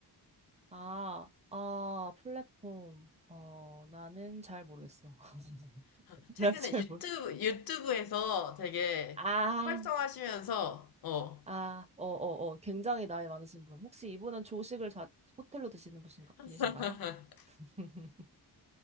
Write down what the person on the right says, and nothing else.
아, 아, 플랫폼. 어, 나는 잘 모르겠어. <laughs>
난 잘
모르.
아,
아,
어, 어, 어. 굉장히 나이 많으신 분. 혹시 이분은 조식을 자, 호텔로 드시는 분이신가,
분이신가요? <laughs>